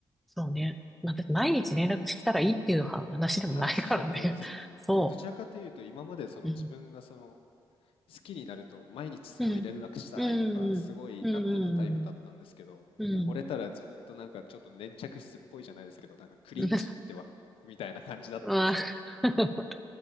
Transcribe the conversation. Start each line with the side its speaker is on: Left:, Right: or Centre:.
Centre: そうね。まあ、だって毎日連絡したらいいっていうは話でもないからね。
Left: 話じゃないですもんね。
Centre: <laughs> そ
Left: どちらかというと、今までその自分がその
Centre: う。うん。
Left: 好きになると、毎日すごい連絡したいとか、
Centre: うん。う
Left: すごいなってたタイプだったんですけど、
Centre: ん。うん。うん。
Left: もう惚れたらずっとなんかちょっと粘着質っぽいじゃないですけど、なんかクリンジーってわみたいな感じだったんですよ。
Centre: うん。<laughs> まあ、<laughs>